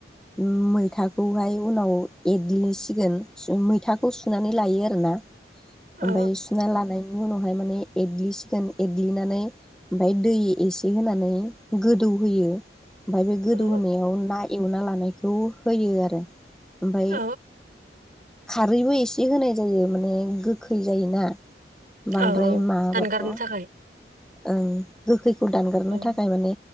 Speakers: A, in the centre; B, on the right.
A: ओम मैथा खौहाय उनाव एग्लिसिगोन सु मैथाखौ सुनानै लायो आरोना
B: औ
A: ओमफ्राय सुना लानाय नि उनाव एरग्लि सिगोन एरग्लिनानै ओमफाय दै एसे होनानै गोदौ गो गोदौ होयो ओमफ्राय बे गोदौ
B: औ
A: होनायाव ना एवना लानायखौ होयो आरो ओमफ्राय
B: औ
A: खारैबो एसे होनाय जायो माने गोखै जायोना बांद्राय
B: औ औ
A: माबाबाथ'
B: दानगारनो थाखाय
A: ओं गोखैखौ दानगारनो
B: औ
A: थाखाय माने